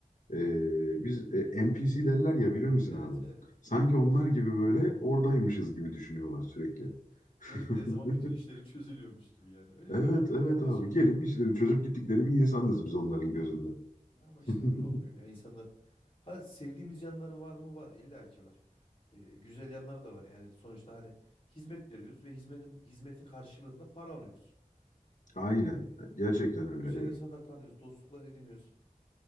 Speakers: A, on the left; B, on the left.
A: Ee, biz e, NPC derler ya bilir misin
B: Evet.
A: abi?
B: <laughs>
A: Sanki onlar gibi böyle oradaymışız gibi düşünüyorlar sürekli.
B: Evet.
A: <laughs>
B: Geldikleri zaman bütün işleri çözülüyormuş gibi yani. Öyle
A: Evet
B: bir dünya yok
A: evet
B: kardeşim
A: abi gelip
B: ya.
A: işlerini çözüp gittikleri bir insanız biz onların
B: Evet.
A: gözünde.
B: Ama işte
A: <laughs>
B: öyle olmuyor ya. İnsanlar ha sevdiğimiz yanları var mı? Var. İlla ki var. Ee, güzel yanları da var. Yani sonuçta hani hizmet veriyoruz ve hizmetin hizmetin karşılığında para alıyoruz. Ee,
A: Aynen gerçekten öyle.
B: güzel insanlar tanıyoruz, dostluklar ediniyoruz.